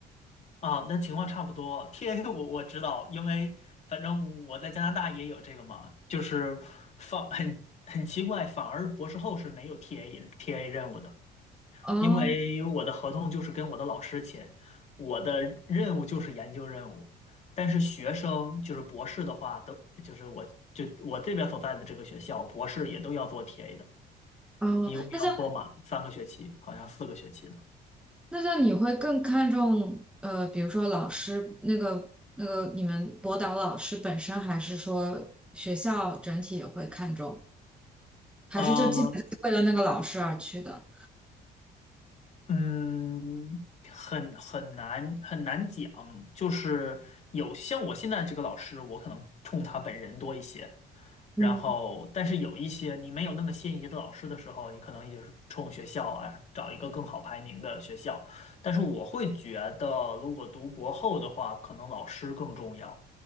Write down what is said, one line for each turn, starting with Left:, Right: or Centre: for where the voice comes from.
Left: 啊，那情况差不多。t a <laughs> 我我知道，因为反正我在加拿大也有这个嘛，就是放很很奇怪，反而博士后是没有 TA TA 任务的，
Centre: 哦
Left: 因为我的合同就是跟我的老师签，我的任务就是研究任务，但是学生就是博士的话，都就是我就我这边所在的这个学校，博士也都要做 TA 的，
Centre: 哦，
Left: 一共要做满三个学期，
Centre: 那像
Left: 好像四个学期的。
Centre: 那像你会更看重呃，比如说老师那个那个你们博导老师本身，还是说学校整体也会看重？还是就基本就是为了那个老师而去的？
Left: 嗯，嗯，很很难很难讲，就是有像我现在这个老师，我可能冲他本人多一些，
Centre: 嗯，
Left: 然后但是有一些你没有那么心仪的老师的时候，你可能也就是冲学校啊，找一个更好排名的学校。但是我会觉得，如果读博后的话，可能老师更重要，